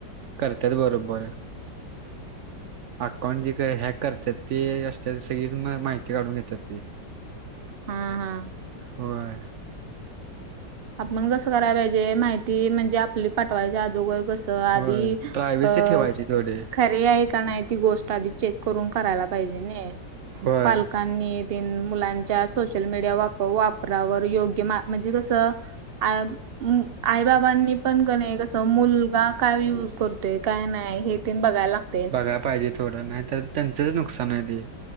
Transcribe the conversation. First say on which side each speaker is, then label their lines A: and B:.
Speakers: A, on the right; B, on the right.
A: करत्यात बरोबर. अकाउंट जे काही हॅक करतात ते, असते सगळीच माहिती काढून घेतात ते. <inaudible>
B: हम्म हम्म.
A: होय?
B: आपण कसं करायला पाहिजे माहिती म्हणजे आपली पाठवायची अदोगर कसं. तर आधी
A: होय प्रायव्हेसी
B: अ
A: ठेवायची थोडी
B: खरी आहे का नाही ती गोष्ट आधी चेक करून करायला पाहिजे नि
A: होय
B: पालकांनी. ते मुलांच्या सोशल मीडिया वापरा वापरावर योग्य म्हणजे कसं. आ <unintelligible> आई बाबांनी पण कणी कस मुलगा काय यूज करतोय, काय नाही हे ते बघायला लागत
A: बघायला पाहिजे थोडं, नाही तर त्यांचंच नुकसान आहे ते.